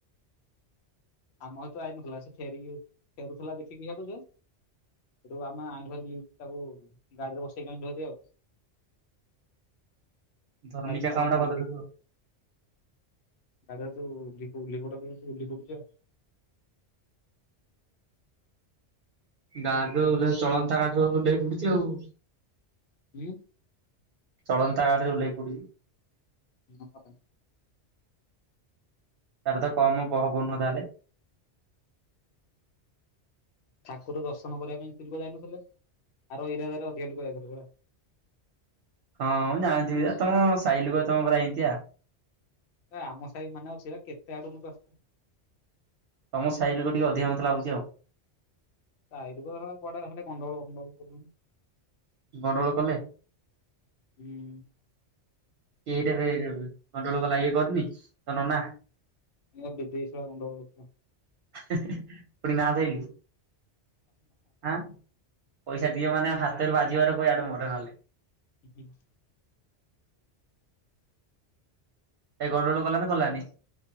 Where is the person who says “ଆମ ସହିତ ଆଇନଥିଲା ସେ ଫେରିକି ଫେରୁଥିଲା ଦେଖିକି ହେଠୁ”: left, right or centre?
Left